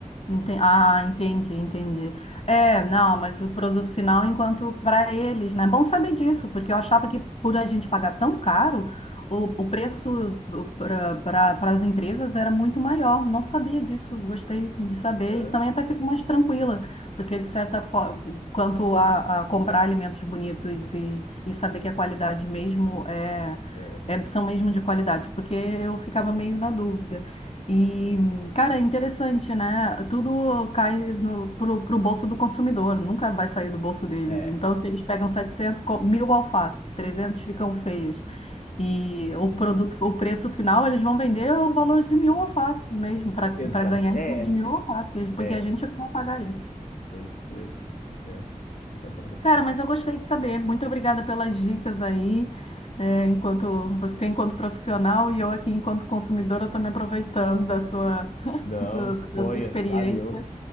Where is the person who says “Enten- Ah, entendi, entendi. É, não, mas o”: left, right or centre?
Left